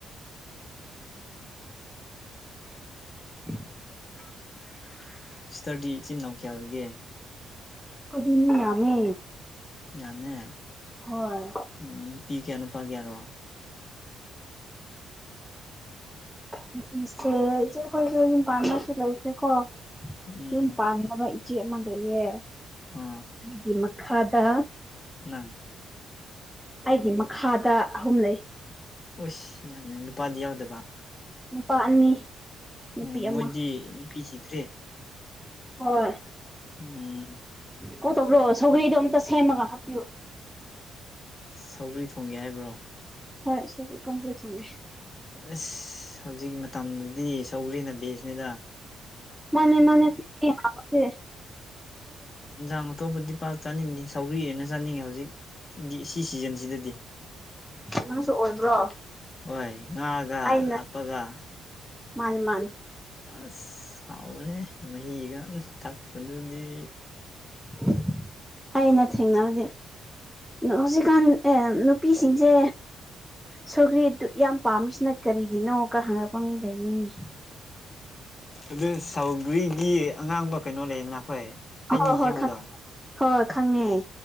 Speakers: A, in the centre; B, on the left.
A: <unintelligible>
B: ꯁꯤꯁꯇꯔꯗꯤ ꯏꯆꯤꯟ ꯏꯅꯥꯎ ꯀꯌꯥ ꯑꯣꯏꯒꯦ
A: ꯈꯣꯏꯗꯤ ꯃꯤ ꯌꯥꯝꯃꯦ
B: ꯌꯥꯝꯃꯦ
A: ꯍꯣꯏ
B: ꯎꯝ ꯅꯨꯄꯤ ꯀꯌꯥ ꯅꯨꯄꯥ ꯀꯌꯥꯔꯣ
A: ꯅꯨꯄꯤꯁꯦ ꯏꯆꯦꯍꯣꯏꯁꯨ ꯌꯨꯝ ꯄꯥꯟꯕꯁꯨ ꯂꯩꯈ꯭ꯔꯦꯀꯣ
B: ꯎꯝ
A: ꯌꯨꯝ ꯄꯥꯟꯗꯕ ꯏꯆꯦ ꯑꯃ ꯂꯩꯌꯦ
B: ꯑꯥ
A: ꯗꯨꯒꯤ ꯃꯛ ꯈꯥꯗ
B: ꯅꯪ
A: ꯑꯩꯒꯤ ꯃꯈꯥꯗ ꯑꯍꯨꯝ ꯂꯩ
B: ꯑꯣꯏꯁ ꯌꯥꯝꯅ ꯅꯨꯄꯥꯗꯤ ꯌꯥꯎꯗꯕ
A: ꯅꯨꯄꯥ ꯑꯅꯤ ꯅꯨꯄꯤ
B: ꯎꯝ
A: ꯑꯃ
B: ꯃꯣꯏꯗꯤ ꯅꯨꯄꯤ ꯊꯤꯗ꯭ꯔꯤ
A: ꯍꯣꯏ
B: ꯎꯝ
A: ꯀꯣ ꯇꯧꯕ꯭ꯔꯣ ꯁꯧꯒ꯭ꯔꯤꯗꯣ ꯑꯝꯇ ꯁꯦꯝꯃꯒ ꯍꯥꯞꯄꯤꯌꯣ
B: ꯁꯧꯒ꯭ꯔꯤ ꯊꯣꯡꯒꯦ ꯍꯥꯏꯕ꯭ꯔꯣ
A: ꯍꯣꯏ ꯁꯧꯒ꯭ꯔꯤ ꯀꯥꯡꯁꯣꯏ ꯊꯣꯡꯒꯦ
B: ꯑꯁ ꯍꯧꯖꯤꯛ ꯃꯇꯝꯗꯗꯤ ꯁꯧꯒ꯭ꯔꯤꯅ ꯕꯦꯖꯅꯤꯗ
A: ꯃꯅꯦ ꯃꯅꯦ <unintelligible>
B: ꯍꯤꯟꯖꯥꯡ ꯑꯇꯣꯞꯄꯗꯤ ꯄꯥꯛ ꯆꯥꯅꯤꯡꯗꯦ ꯁꯧꯒ꯭ꯔꯤ ꯍꯦꯟꯅ ꯆꯥꯅꯤꯡꯉꯦ ꯍꯧꯖꯤꯛ ꯗꯤ ꯁꯤ ꯁꯤꯖꯟꯖꯤꯗꯗꯤ
A: ꯅꯪꯁꯨ ꯑꯣꯏꯕ꯭ꯔꯣ
B: ꯍꯣꯏ ꯉꯥꯒ
A: ꯑꯩꯅ
B: ꯍꯥꯞꯄꯒ
A: ꯃꯥꯅꯤ ꯃꯥꯅꯤ
B: ꯑꯁ ꯍꯥꯎꯕꯅꯦ ꯃꯍꯤꯒ ꯊꯛꯄꯗꯨꯗꯤ
A: <unintelligible> ꯑꯩꯅ ꯊꯦꯡꯅꯕꯗꯤ ꯍꯧꯖꯤꯛꯀꯥꯟ ꯑꯦ ꯅꯨꯄꯤꯁꯤꯡꯁꯦ ꯁꯣꯒꯔꯤꯗꯨ ꯌꯥꯝ ꯄꯥꯝꯃꯤꯁꯤꯅ ꯀꯔꯤꯒꯤꯅꯣꯒ ꯍꯪꯉꯛꯄ ꯃꯤ ꯃꯤ ꯂꯩꯕꯅꯤꯅꯦ
B: ꯑꯗꯨ ꯁꯧꯒ꯭ꯔꯤꯒꯤ ꯑꯉꯥꯡꯕ ꯀꯩꯅꯣ ꯂꯩꯌꯦꯅ ꯑꯩꯈꯣꯏ ꯍꯩ
A: ꯍꯣꯏ
B: ꯃꯍꯤ
A: ꯍꯣꯏ
B: ꯁꯦꯝꯕꯗꯣ
A: ꯈꯪꯉꯦ ꯍꯣꯏ ꯈꯪꯉꯦ